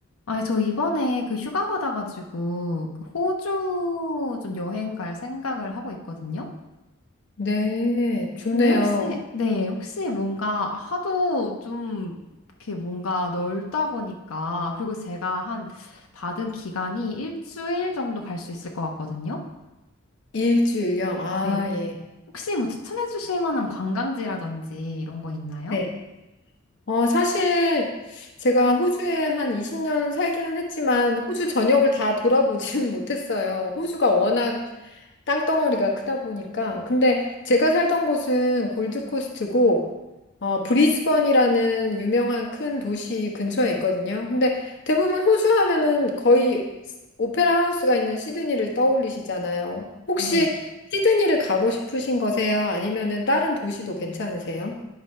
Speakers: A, on the left; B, on the left.
A: 아니, 저 이번에 그 휴가 받아가지고 그 호주 좀 여행 갈 생각을 하고 있거든요.
B: 네, 좋네요.
A: 근데 혹시, 네, 혹시 뭔가 하도 좀 이렇게 뭔가 넓다 보니까, 그리고 제가 한 받은 기간이 일주일 정도 갈 수 있을 것 같거든요.
B: 일주일령. 아,
A: 네.
B: 예.
A: 혹시 뭐 추천해 주실 만한 관광지라든지 이런 거 있나요?
B: 네. 어, 사실 제가 호주에 한 20년 살기는 했지만 호주 전역을 다 돌아보지는 <laughs> 못했어요. 호주가 워낙 땅덩어리가 크다 보니까. 근데 제가 살던 곳은 골드코스트고, 어, 브리즈번이라는 유명한 큰 도시 근처에 있거든요. 근데 대부분 호주 하면은 거의 오페라 하우스가 있는 시드니를 떠올리시잖아요. 혹시
A: 네.
B: 시드니를 가고 싶으신 거세요? 아니면은 다른 도시도 괜찮으세요?